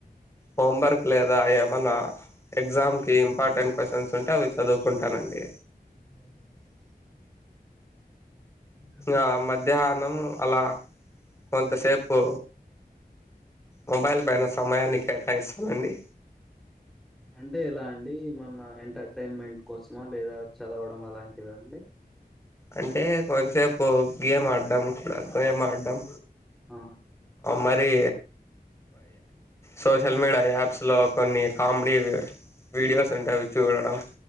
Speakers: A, on the left; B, in the centre.
A: హోంవర్క్ లేదా ఏమాన్నా ఎగ్జామ్కి ఇంపార్టెంట్ క్వశ్చన్స్ ఉంటే అవి చదువుకుంటానండి
B: అవునండి ఇంకా
A: ఆ మధ్యాహ అలా కొంతసేపు మొబైల్ సమయాన్ని కేటాయిస్తానండి
B: అంటే ఎలా అండి ఏమన్నా అసైన్మెంట్ కోసమా లేదా చదవడం అలాంటివా అండి
A: అంటే కొంచెపు గేమ్ ఆడ్డం గేమ్ ఆడ్డం
B: ఆ
A: మరి సోషల్ మీడియా యాప్స్ కొన్ని కామెడీ వీడియోస్ ఉంటావి చూడడం